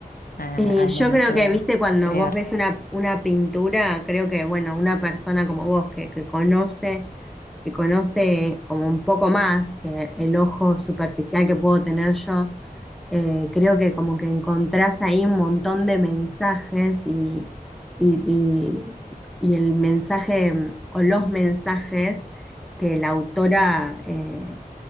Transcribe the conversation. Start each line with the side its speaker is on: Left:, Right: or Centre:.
Left: a-
Centre: Eh,
Left: al
Centre: yo
Left: momento
Centre: creo que,
Left: de
Centre: viste, cuando
Left: crear.
Centre: vos ves una, una pintura, creo que, bueno, una persona como vos que, que conoce que conoce como un poco más que el ojo superficial que puedo tener yo, eh, creo que como que encontrás ahí un montón de mensajes y, y- y- y el mensaje mm, o los mensajes que la autora eh,